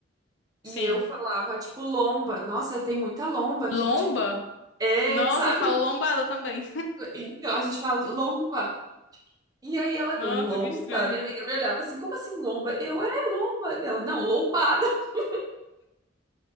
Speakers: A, on the right; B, on the left.
A: E
B: sim.
A: eu falava, tipo, lomba. Nossa, tem muita lomba aqui,
B: Lomba?
A: tipo. É,
B: Nossa,
A: sabe?
B: eu falo lombada também.
A: Então a gente fala de lomba. E aí
B: <laughs>
A: ela,
B: Nossa,
A: lomba?
B: que estranho.
A: Minha amiga me olhava assim, como assim lomba? Eu, é lomba. Ela, não, lombada. <laughs>